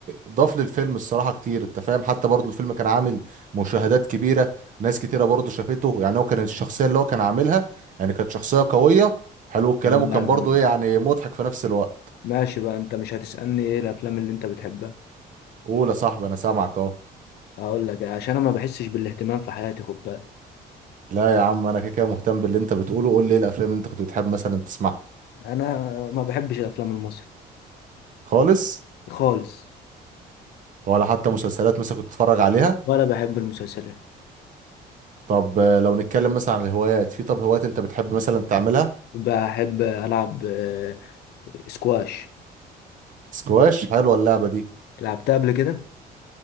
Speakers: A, on the right; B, on the left.
A: ضاف للفيلم الصراحه كتير انت فاهم حتى برضو الفيلم كان عامل مشاهدات كبيره ناس كتيره برضو شافته يعني هو كان الشخصيه اللي هو كان عاملها يعني كانت شخصيه قويه حلو الكلام
B: تمام.
A: وكان برضو ايه يعني مضحك في نفس الوقت
B: ماشي بقى انت مش هتسألني ايه الافلام اللي انت بتحبها
A: قول يا صاحبي انا سامعك اهو
B: هقول لك عشان انا ما بحسش بالاهتمام في حياتي خد بالك
A: لا يا عم انا كده كده مهتم باللي انت بتقوله قول لي ايه الافلام اللي انت كنت بتحب مثلا تسمعها
B: انا ما بحبش الافلام المصري
A: خالص
B: خالص
A: ولا حتى مسلسلات مثلا كنت تتفرج عليها
B: وأنا بحب المسلسلات
A: طب آه، لو نتكلم مثلا عن الهوايات في طب هوايات انت بتحب مثلا تعملها
B: بحب ألعب آه، سكواش
A: سكواش حلوه اللعبه دي
B: لعبتها قبل كده